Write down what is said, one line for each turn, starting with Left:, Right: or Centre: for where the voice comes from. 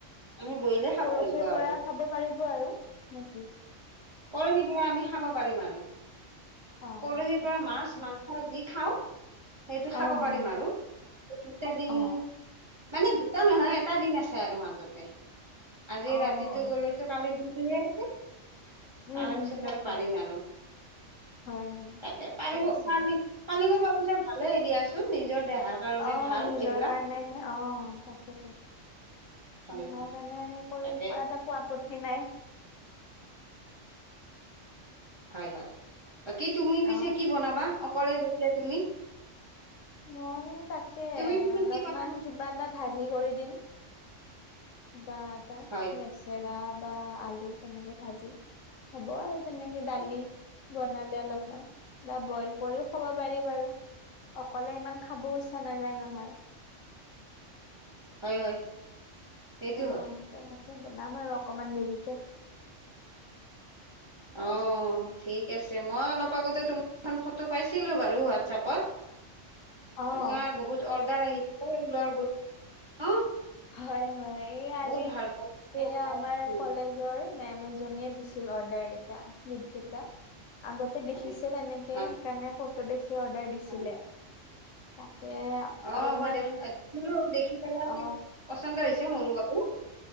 Right: আমি বইলে
Left: পৰহিৰ
Right: খাব লাগিব
Left: পৰা
Right: আৰু।
Left: খাব পাৰিব আৰু নেকি?
Right: পৰখিৰ পৰা আমি খাব পাৰিম আৰু।
Left: অ
Right: পৰহিৰ
Left: ঠিকে
Right: পৰা মাছ
Left: আছে
Right: মাংস
Left: দে।
Right: যি খাওঁ, সেইটো
Left: অ
Right: খাব পাৰিম
Left: অ
Right: আৰু এই দুটা দিন
Left: অ
Right: মানে দুটা নহয় এটা দিন আছে আৰু মাজতে আজি
Left: অ
Right: ৰাতিটো
Left: অ
Right: গলেতো কালি দিন তাৰ
Left: উম উম
Right: পিছত
Left: তাকে
Right: আৰু পাৰিম আৰু।
Left: হয় হয়
Right: তাকে
Left: ঠিকে
Right: পাৰিব
Left: আছে
Right: পি
Left: দে
Right: পালিব পাৰিলে ভালে দিয়াচোন নিজৰ দেহাৰ কাৰণে
Left: অ'
Right: ভাল
Left: নিজৰ
Right: এইবিলাক
Left: কাৰণেহে অ' তাকেতো।
Right: হয়
Left: দিহাৰ
Right: হয়
Left: কাৰণে এনে কৰি
Right: তাকে
Left: কৰা এটা আপত্তি টি নাই।
Right: হয়-হয় বাকি তুমি পিছে
Left: অ'।
Right: কি বনাবা অকলে যেখা তুমি।
Left: মই তাকে
Right: তুমি পিছে
Left: অলপমান
Right: কি বনাবা
Left: কিবা এটা ভাজি কৰি দিম। বা আটা
Right: হয়
Left: লেচেৰা বা আলু তেনেকে ভাজি। হ'ব আৰু তেনেকে দালি, বনালে অলপমান বা বইল কৰিও খাব পাৰি বাৰু। অকলে ইমান খাব ইচ্ছা নাযায় নহয়।
Right: হয়-হয় সেইটো
Left: অ',
Right: হয়।
Left: তেনেকে বনাম আৰু অকমান দেৰিকে।
Right: অঁ', ঠিক আছে মই অলপ আগতে তোমাৰখন ফটো পাইছিলোঁ বাৰু হোৱাটছপত।
Left: অ',
Right: তোমাৰ বহুত অৰ্ডাৰ আহিছ লৰ বস্তু
Left: হয়-হয় এই আজি
Right: বহুত ভাল ভাল বস্তু
Left: এই
Right: ওলাইছে
Left: আমাৰ কলেজৰ মেম এজনীয়ে দিছে। দিছিল অৰ্ডাৰ কেইটা নোত কেইটা আগতে দেখিছে
Right: হয়
Left: তেনেকে
Right: হয়
Left: ফটোদেখি অৰ্ডাৰ দিছিলে
Right: হয়
Left: তাকে
Right: অ
Left: অলপমান
Right: মই দেখা দেখিলো দেখি
Left: অ
Right: পচন্দ হৈছে মোৰো বাৰু।